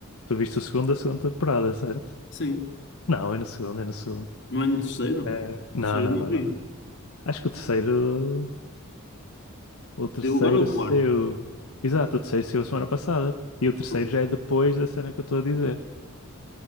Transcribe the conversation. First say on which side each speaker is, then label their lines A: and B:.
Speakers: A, on the left; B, on the left.
A: tu viste o segundo da segunda temporada, certo?
B: Sim.
A: Não, é no segundo, é no segundo.
B: Não é no terceiro?
A: Eh, não,
B: Terceiro
A: não,
B: eu não
A: não,
B: vi.
A: não, não. Acho que o terceiro. O terceiro
B: Eu agora é o
A: saiu.
B: quarto.
A: Exato, o terceiro saiu a semana passada. E o terceiro
B: Pronto.
A: já é depois da cena que eu estou a dizer.